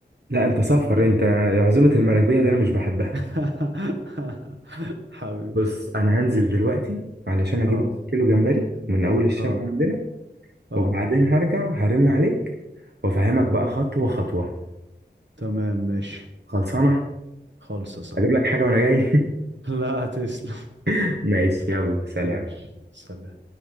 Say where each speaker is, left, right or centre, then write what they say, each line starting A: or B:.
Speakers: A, on the right; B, on the right.
A: لا انت سافر انت عزومة المراكبية دي انا مش بحبها
B: <laughs> حبيبي
A: بص انا هنزل دلوقتي علشان اجيب
B: اه
A: كيلو جمبري من اول الشارع
B: اه
A: عندنا
B: اه
A: وبعدين هرجع هرن عليك وافهمك بقى خطوة خطوة
B: تمام ماشي
A: خلصانة
B: خالصة صح
A: اجيب لك حاجة وانا جاي
B: <laughs> لا تسلم
A: <laughs> ماشي يلا سلام
B: ماشي سلام